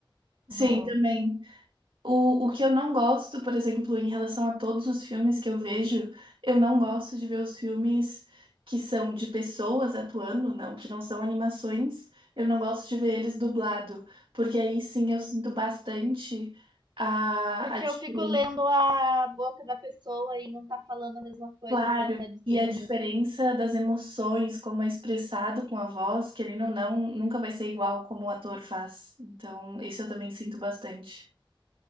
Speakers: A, on the right; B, on the right.
A: no...
B: Sim, também. O, o que eu não gosto, por exemplo, em relação a todos os filmes que eu vejo, eu não gosto de ver os filmes que são de pessoas atuando, não, que não são animações. Eu não gosto de ver eles dublado, porque aí sim eu sinto bastante a,
A: Porque
B: a diferença,
A: eu fico lendo a boca da pessoa e não tá falando a mesma coisa
B: claro,
A: que ela tá dizendo.
B: e a diferença das emoções, como é expressado com a voz, querendo ou não, nunca vai ser igual como o ator faz. Então, isso eu também sinto bastante.